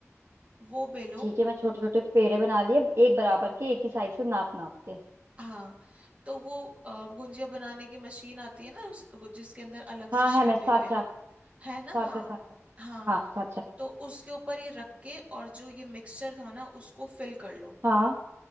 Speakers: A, on the right (about 25°); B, on the right (about 60°).
A: वो बेलो
B: ठीक है मैं छोटे छोटे पेड़े बना लिए एक बराबर के एक ही साइज से नाप नाप के
A: हाँ तो वो अ, गुंजिया बनाने की मशीन आती है ना उस वो जिसके अंदर अलग सी
B: हाँ
A: शेप
B: है मैं साचा
A: देते हैं है
B: साचा
A: ना हाँ
B: साचा
A: हाँ
B: हाँ साचा है
A: तो उसके ऊपर ये रख के और जो ये मिक्सचर था ना उसको फिल कर लो
B: हाँ